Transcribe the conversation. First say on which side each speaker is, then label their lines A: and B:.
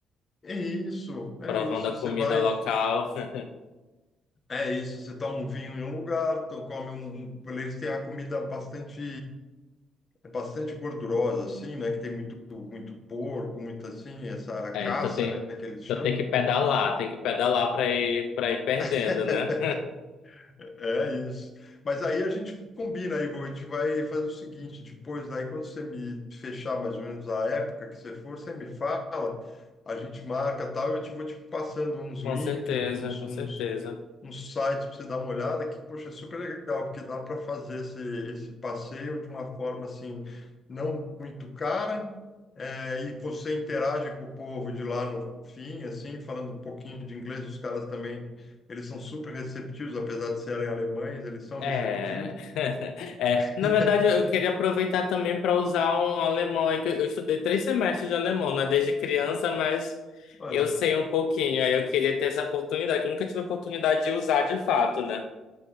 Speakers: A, on the left; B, on the left.
A: é isso, é
B: Provando
A: isso.
B: a
A: Você
B: comida
A: vai.
B: local. <laughs>
A: É isso, você toma um vinho em um lugar, to- come um, um- eles têm a comida bastante é bastante gordurosa assim, né, que tem muito muito porco, muito assim, essa
B: É,
A: caça,
B: então tem,
A: né, que eles
B: então
A: chamam.
B: tem que pedalar, tem que pedalar para ir, para ir perdendo,
A: <laughs>
B: né?
A: É isso. Mas aí a gente combina, Ivo, a gente vai fazer o seguinte, depois daí quando você me fechar mais ou menos a época que você for, você me fala, a gente marca tal, eu te vou te passando
B: <laughs>
A: uns
B: Com
A: links,
B: certeza,
A: uns,
B: com
A: uns
B: certeza.
A: um site para você dar uma olhada que, poxa, é super legal, porque dá para fazer esse, esse passeio de uma forma assim, não muito cara, é, e você interage com o povo de lá no fim, assim, falando um pouquinho de inglês, os caras também, eles são super receptivos, apesar de serem alemães, eles são
B: É,
A: receptivos.
B: <laughs> é,
A: <laughs>
B: na verdade, eu queria aproveitar também para usar um alemão aí, que eu eu estudei três semestres de alemão, né, desde criança, mas
A: Olha
B: eu
A: lá.
B: sei um pouquinho, aí eu queria ter essa oportunidade, que eu nunca tive a oportunidade de usar de fato, né?